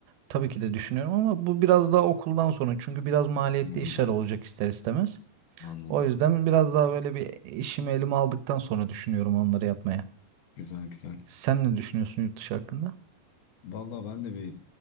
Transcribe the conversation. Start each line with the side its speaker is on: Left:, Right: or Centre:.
Right: tabii ki de düşünüyorum ama bu biraz daha okuldan sonra çünkü biraz maliyetli
Left: Hmm,
Right: işler olacak ister istemez.
Left: anladım.
Right: O yüzden biraz daha böyle bir işimi elime aldıktan sonra düşünüyorum onları yapmaya.
Left: Güzel güzel.
Right: Sen ne düşünüyorsun yurt dışı hakkında?
Left: Vallahi ben de bir